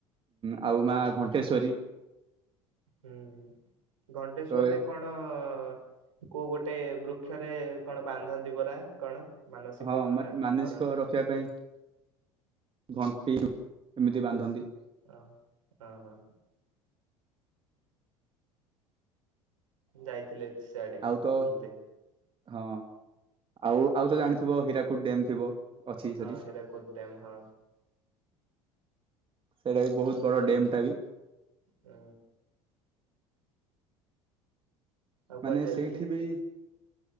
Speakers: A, on the right; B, on the right.
A: ହଁ ଆଉ ମା। ଘଣ୍ଟେଶ୍ଵରୀ
B: ହୁଁ, ଘଣ୍ଟେଶ୍ଵର
A: ତ ଏ
B: ରେ କଣ? ହ କୋଉ ଗୋଟେ ବୃକ୍ଷରେ କଣ ବାନ୍ଧନ୍ତି ପରା? କଣ ମାନସିକ
A: ହଁ ମା
B: କଣ
A: ମାନସିକ
B: କରନ୍ତି?
A: ରଖିବା ପାଇଁ ଘଣ୍ଟି ଏମିତି ବାନ୍ଧନ୍ତି।
B: ହ ହ ହ ଯାଇଥିଲେ ସିଆଡେ
A: ଆଉ ତ
B: ବୁଲିତେ।
A: ହଁ ଆଉ ଆଉ ତ ଜାଣିଥିବ ହୀରାକୁଟ ଡ୍ୟମ୍ ଥିବ, ଅଛି
B: ହଁ
A: ସେଠି।
B: ହୀରାକୁଦ ଡ୍ୟାମ ହଁ
A: ସେଇଟା ବି ବହୁତ ବଡ ଡ୍ୟମ୍ ଟା ବି
B: ହୁଁ। ଆଉ କୁଆଡେ
A: ମାନେ
B: ଯାଇଥିଲେ
A: ସେଇଠି ବି